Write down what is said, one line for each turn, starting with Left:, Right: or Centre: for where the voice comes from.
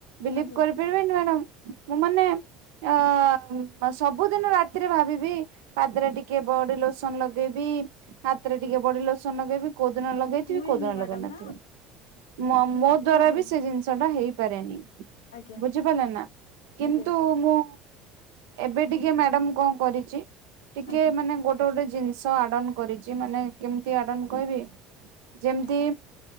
Right: ବିଲିଭ
Left: ଆଜ୍ଞା
Right: କରି କରି ପାରିବେନି ମ୍ୟାଡ଼ମ ମୁଁ ମାନେ ଆ ସବୁଦିନ ରାତିରେ ଭାବିବି ପାଦରେ ଟିକେ ବଡି ଲୋସନ ଲଗେଇବି ହାତରେ ଟିକେ ବଡି ଲୋସନ ଲଗେଇବି କୋଉଦିନ ଲଗେଇଥିବେ
Left: ହୁଏନି
Right: କୋଉଦିନ
Left: ମ୍ୟାଡାମ
Right: ଲଗେଇ ନଥିବେ
Left: ନା
Right: ମୋ
Left: ବିଲକୁଲ
Right: ଦ୍ଵାରା
Left: ହୁଏନି
Right: ବି ସେ ଜିନିଷଟା ହେଇପାରେନି
Left: ଆଜ୍ଞା
Right: ବୁଝିପାରିଲେ ନା କିନ୍ତୁ
Left: ଆଜ୍ଞା
Right: ମୁଁ ଏବେ ଟିକେ ମ୍ୟାଡାମ କଣ କରିଛି ଟିକେ
Left: ଆଜ୍ଞା
Right: ମାନେ ଗୋଟେ ଗୋଟେ ଗୋଟେ ଜିନିଷ ଆଡ଼ନ କରିଛି ମାନେ କେମିତି ଆଡ଼ନ କହିବି ଯେମିତି
Left: ଆଜ୍ଞା